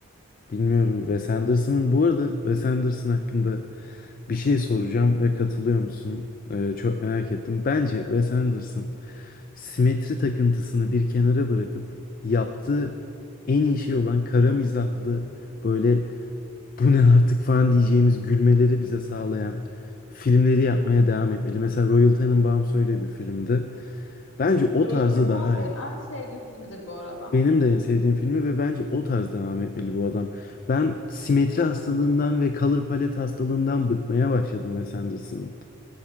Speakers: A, on the left (about 45°); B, on the left (about 65°).
A: bilmiyorum. Wes Anderson'ın bu arada Wes Anderson hakkında bir şey soracağım ve katılıyor musun? Ee, çok merak ettim. Bence Wes Anderson simetri takıntısını bir kenara bırakıp yaptığı en iyi şey olan kara mizahlı böyle bu ne artık falan diyeceğimiz gülmeleri bize sağlayan filmleri yapmaya devam etmeli. Mesela Royal Tenenbaums öyle bir filmdi. Bence o
B: Royal
A: tarzı
B: Tenenbaums
A: daha
B: benim
A: iyi.
B: en sevdiğim filmidir bu arada.
A: Benim de en sevdiğim filmi ve bence o tarz devam etmeli bu adam. Ben simetri hastalığından ve color palette hastalığından bıkmaya başladım Wes Anderson'ın.